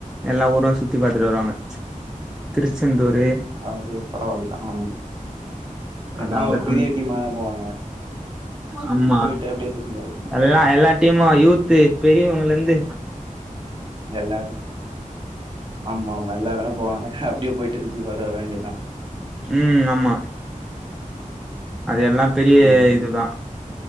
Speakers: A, in the centre; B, on the right.
A: எல்லா ஊரும் சுத்தி பாத்துட்டு வருவாங்க திருச்செந்தூரு
B: அது பரவால்ல. ஆமா.
A: அதவந்து
B: எல்லாம் ஒரு பெரிய டீமா தான் போவாங்க.
A: ஆம்மா
B: போயிட்டு அப்டியே சுத்தி பார்த்துட்டு
A: எல்லா எல்லா டீம்மா யூத்து பெரிய இவங்கல இருந்து
B: எல்லா ஆமா ஆமா எல்லாருமே போவாங்க அப்டியே போயிட்டு திருப்பி அத வர வேண்டியதா
A: ம் ஆமா அது எல்லா பெரிய
B: ம், ம்.
A: இதுதா